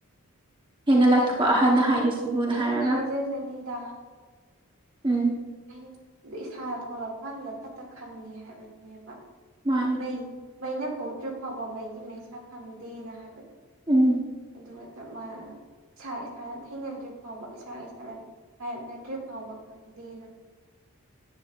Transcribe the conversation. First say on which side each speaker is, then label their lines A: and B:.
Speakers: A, on the right; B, on the right.
A: ꯍꯦꯟꯅ ꯂꯥꯏꯊꯣꯛꯄ
B: ꯑꯁ
A: ꯑꯍꯟꯅ
B: ꯍꯥꯏꯅꯤꯡ
A: ꯍꯥꯏꯔꯤꯁꯤꯕꯨꯅ
B: ꯍꯥꯏꯅꯤꯡ
A: ꯍꯥꯏꯔꯒ
B: ꯍꯥꯏꯖꯖꯅꯤꯗ
A: ꯎꯝ
B: ꯍꯥꯏꯗꯤ ꯏꯁꯥꯗ ꯊꯣꯛꯂꯛꯀꯥꯟꯗ ꯐꯠꯇ ꯈꯪꯉꯦ ꯍꯥꯏꯕꯁꯤꯅꯦꯕ
A: ꯃꯥꯟꯅꯤ
B: ꯃꯩ ꯃꯩꯅ ꯄꯣꯛꯇ꯭ꯔꯤ ꯐꯥꯎꯕ ꯃꯩꯒꯤ ꯃꯩꯁꯥ ꯈꯪꯗꯦꯅ ꯍꯥꯏꯕꯗꯣ
A: ꯎꯝ
B: ꯑꯗꯨꯒ ꯆꯞ ꯃꯥꯟꯅꯅ ꯏꯁꯥ ꯏꯁꯥꯅ ꯊꯦꯡꯅꯗ꯭ꯔꯤ ꯐꯥꯎꯕ ꯏꯁꯥ ꯏꯁꯥꯗ ꯃꯥꯥꯏꯌꯣꯛꯅꯗ꯭ꯔꯤ ꯐꯥꯎꯕ ꯈꯪꯗꯦꯅ ꯍꯥꯏ